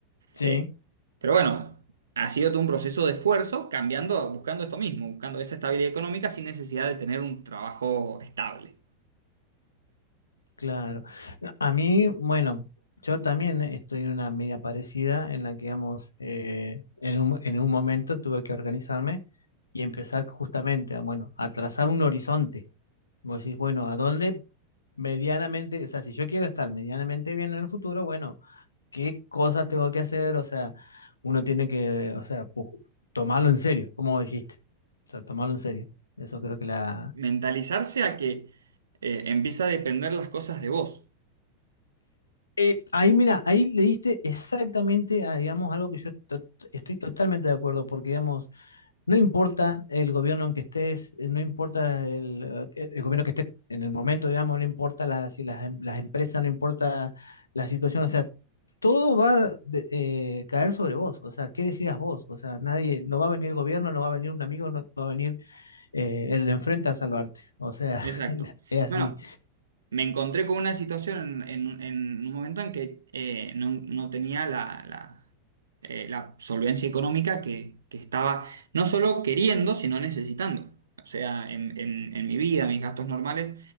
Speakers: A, on the left (about 75°); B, on the right (about 70°).
A: sí.
B: Eh, pero bueno, ha sido todo un proceso de esfuerzo cambiando, buscando esto mismo, buscando esa estabilidad económica sin necesidad de tener un trabajo estable.
A: Claro. A mí, bueno, yo también estoy en una media parecida en la que, digamos, eh, en un, en un momento tuve que organizarme y empezar justamente, a, bueno, a trazar un horizonte. Vos decís, bueno, ¿a dónde medianamente, o sea, si yo quiero estar medianamente bien en el futuro, bueno, ¿qué cosas tengo que hacer? O sea, uno tiene que, o sea, pu- tomarlo en serio, como dijiste. O sea, tomarlo en serio. Eso creo que la,
B: Mentalizarse a que eh, empieza a depender las cosas de vos.
A: Eh, ahí, mira, ahí le diste exactamente a, digamos, algo que yo to- estoy totalmente de acuerdo, porque, digamos, no importa el gobierno en que estés, eh, no importa el, eh, el gobierno que esté en el momento, digamos, no importa la- si las, em- las empresas, no importa la situación, o sea, todo va a caer sobre vos, o sea, ¿qué decidas vos? O sea, nadie, no va a venir el gobierno, no va a venir un amigo, no va a venir eh, el de enfrente a salvarte, o sea,
B: Exacto.
A: <laughs> es así,
B: Bueno, Me encontré con una situación en, en un momento en que eh, no, no tenía la, la, eh, la solvencia económica que, que estaba no solo queriendo, sino necesitando. O sea, en, en- en mi vida, mis gastos normales.